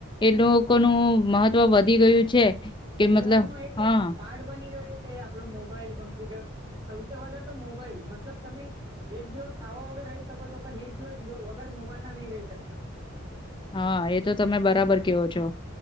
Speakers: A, on the left; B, on the right.
A: એ લોકોનું મહત્વ તો વધી ગયું છે. કે
B: જીવન
A: મતલબ
B: ન એક
A: હા
B: પાર્ટ બની રહ્યો છે આપડો મોબાઈલ કમ્પ્યુટર સૌથી વધધા તો મોબાઈલ મતલબ તમે એક દિવસ ખાવા વગર રહી શકો છો પણ એક દિવસ વગર મોબાઈલ ના નહી રહી શકતા.
A: હા એ તો તમે બરાબર કેવો છો